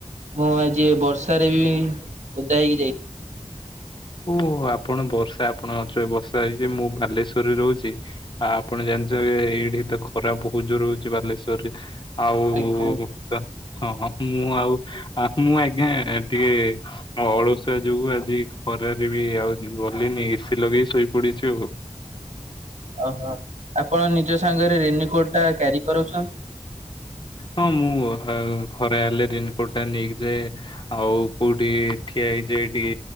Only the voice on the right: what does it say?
ମୁଁ ଆଜି ବର୍ଷାରେ ବି ଓଦା ହେଇକି ଯାଇଥି
ଆଜ୍ଞା ଆଜ୍ଞା
ଓହୋ ଆପଣ ନିଜ ସାଙ୍ଗରେ ରେନିକୋଟଟା କ୍ୟାରି କରୁଛନ୍।